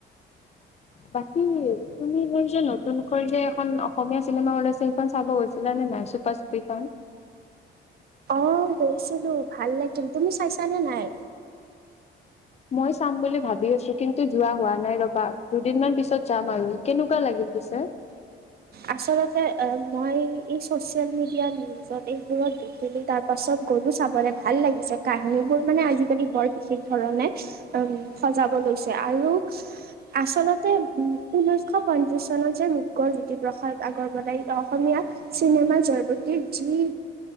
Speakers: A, on the left; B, on the right.
A: বাকী তুমি এই যে নতুনকৈ যে এখন অসমীয়া চিনেমা ওলাইছে সেইখন চাব গৈছিলা নে নাই। পাচপিপাং।
B: অ গৈছিলো ভাল লাগিল তুমি চাইছানে নাই?
A: মই চাম বুলি ভাবি আছো কিন্তু যোৱা হোৱা নাই ৰবা দুদিনমান পিছত যাম আৰু কেনেকুৱা লাগিল পিছে।
B: আচলতে মই এই চচিয়েল মিডিয়া। তাৰ পিছত এইবোৰত দেখিলো তাৰ পাছত গলো চাবলৈ ভাল লাগিছে কাহিনী বোৰ মানে আজিকালি বৰ বেচি, ঠিক ধৰণে উম সজাব লৈছে আৰু, আচলতে উ ঊনৈশ পনছাচ চনত যে ৰূপকোঁৱৰ জুতি প্ৰসাদ আগৰৱালাই অসমীয়া চিনেমা জয়মতীৰ যি,